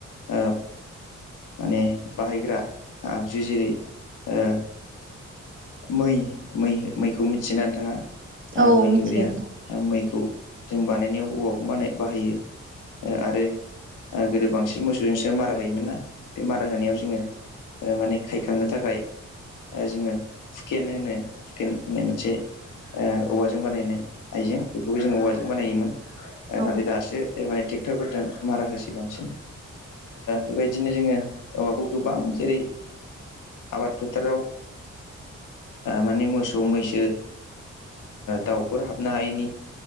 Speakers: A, on the left; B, on the right.
A: ओ माने बाहायग्रा आगजु जेरै ओ मै मै मैखौ मिथिनानै थाङा
B: औ
A: आ मै
B: मिथियो
A: होग्राया मैखौ जों बानायनायाव हवाखौ बाहायो आरो। गोदो बांसिन मोसौजोंसो मारा होयोमोन ना बे मारा होनायाव जोंङो। माने खायखांनो थाखाय जोंङो। हुखेन होनो हुखेन होननाय मोनसे। औवाजों बानायनाय आइजें बेखौबो जोंइो औवाजों बानायोमोन।
B: औ
A: नाथाय दासो एमाय ट्रेक्टरफोरजों मारा होसै बांसिन। बेबायदिनो जोंङो औवाखौ गोबां जेरै। आबाद फोथाराव माने मोसौ मैसो। दाउफोर हाबनो हायैनि।